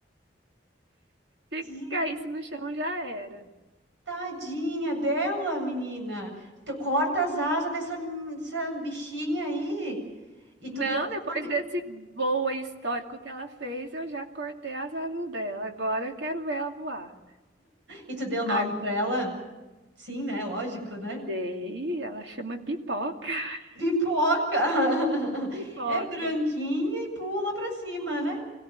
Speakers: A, on the right; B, on the right.
A: Se
B: Gente,
A: caísse no chão, já era.
B: Tadinha dela, menina. Tu corta as asas dessa, dessa bichinha aí. E tu
A: Não,
B: deu
A: depois
B: nome.
A: desse voo aí histórico que ela fez, eu já cortei as asas dela. Agora eu quero ver ela voar.
B: E tu deu nome
A: A
B: pra ela? Sim, né? Lógico, né?
A: Daí ela chama pipoca. <laughs>
B: Pipoca! <laughs>
A: Pipoca.
B: É branquinha e pula pra cima, né?